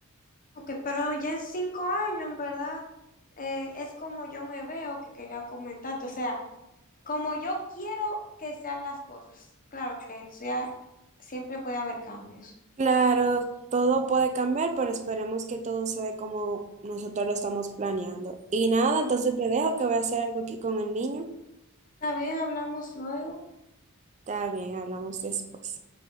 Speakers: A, on the left; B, on the right.
A: Ok, pero ya en cinco años, en verdad, eh, es como yo me veo que quería comentarte. O sea, como yo quiero que sean las cosas. Claro que sea, siempre puede haber cambios.
B: Claro, todo puede cambiar, pero esperemos que todo se dé como nosotros lo estamos planeando. Y nada, entonces te dejo que voy a hacer algo aquí con el niño.
A: Está bien, hablamos luego.
B: Está bien, hablamos después.